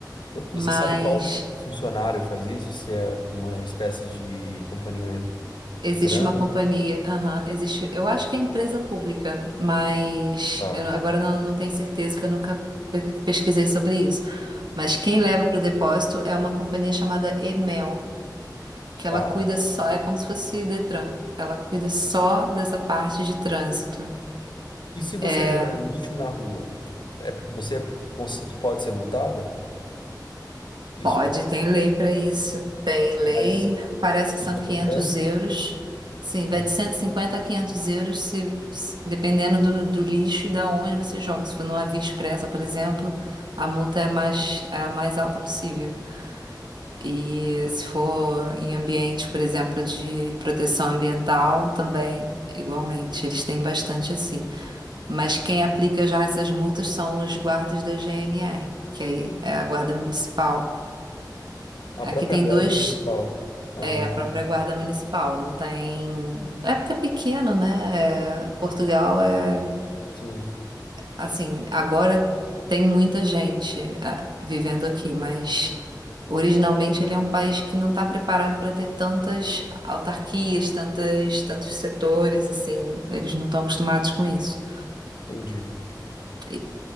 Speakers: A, on the left (about 80°); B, on the right (about 75°).
A: Vo-
B: Mas
A: Você sabe qual se- funcionário faz isso? Se é uma espécie de companhia
B: Existe
A: de trânsito?
B: uma companhia, aham, existe, eu acho que é empresa pública, mas
A: Tá,
B: eu não- agora não, não tenho certeza que eu nunca pe- pesquisei sobre isso. Mas quem leva para o depósito é uma companhia chamada Emel, que ela
A: tá.
B: cuida só, é como se fosse o Detran, ela cuida só dessa parte de trânsito.
A: E se você
B: É,
A: jogar lixo na rua, que é, você é cons- pode ser multada? Isso,
B: Pode, tem lei para isso. Tem lei,
A: mas
B: parece que
A: isso
B: são 500
A: acontece?
B: euros. Sim,
A: Ah,
B: vai de 150
A: tá.
B: a 500 euros, se, se- dependendo do, do lixo e da onde você joga. Se for numa via expressa, por exemplo, a multa é mais, é a mais alta possível. E se for em ambiente, por exemplo, de proteção ambiental, também, igualmente, eles têm bastante assim. Mas quem aplica já essas multas são os guardas da GNR, que aí é a Guarda Municipal.
A: a
B: Aqui
A: própria
B: tem
A: guarda
B: dois,
A: municipal. Ah,
B: É a própria guarda municipal, não tem. É porque é pequeno, né? É, Portugal é
A: sim,
B: assim, agora tem muita gente ah, vivendo aqui, mas originalmente ele é um país que não está preparado para ter tantas autarquias, tantas, tantos setores, assim, eles não estão acostumados com isso.
A: entendi.
B: E